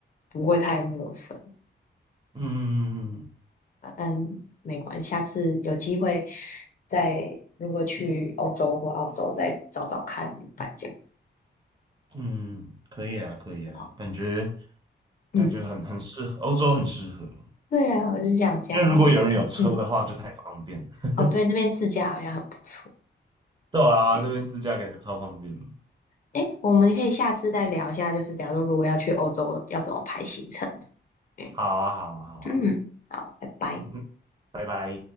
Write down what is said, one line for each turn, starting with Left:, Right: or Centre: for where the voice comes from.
Left: 不会太陌生。
Right: 嗯
Left: 啊，但没关系，下次有机会再如果去欧洲或澳洲再找找看旅伴这样。
Right: 嗯，可以啊，可以啊，
Left: 好，
Right: 感觉
Left: 嗯，
Right: 感觉很很适合，欧洲很适合，
Left: 对啊，我就想这样。
Right: 因为如果有人有车的话就太方便了。
Left: 嗯嗯，哦，对，那边自驾好像很不错。
Right: 对啊，
Left: 对，
Right: 那边自驾感觉超方便的
Left: 诶，我们可以下次再聊一下，就是假如如果要去欧洲要怎么排行程。对，
Right: 好啊，好啊，好啊，
Left: 嗯，好，拜拜。
Right: 嗯嗯，拜拜。